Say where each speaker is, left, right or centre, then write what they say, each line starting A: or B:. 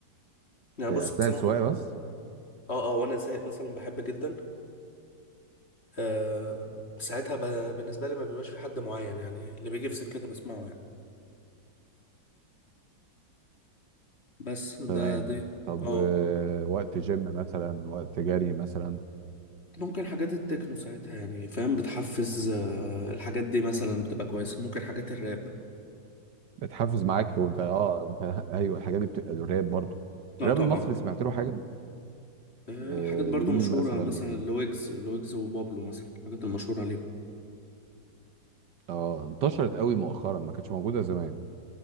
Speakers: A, on the left; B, on the right.
A: يعني
B: إيه
A: بص
B: اثناء
A: مثلا
B: السواقه
A: اه
B: بس
A: اه وانا سايق مثلا بحب جدا آه ساعتها ب... بالنسبة لي ما بيبقاش في حد معين يعني اللي بيجي في سكتي بسمعه يعني بس
B: تمام
A: ده دي
B: طب
A: اه
B: آه، وقت جيم مثلا وقت جري مثلا
A: ممكن حاجات التكنو ساعتها يعني فاهم بتحفز آه، الحاجات دي مثلا بتبقى كويسة ممكن حاجات الراب
B: بتحفز معاك وانت اه انت <laughs> ايوه الحاجات دي بتبقى الراب برضه
A: اه
B: الراب
A: طبعا
B: المصري سمعت له حاجه
A: آه،
B: آه
A: حاجات برضو
B: لمين
A: مشهورة
B: مثلا
A: مثلا
B: وايه
A: لويجز لويجز وبابلو مثلا الحاجات المشهورة ليهم
B: اه انتشرت قوي مؤخرا ما كانتش موجوده زمان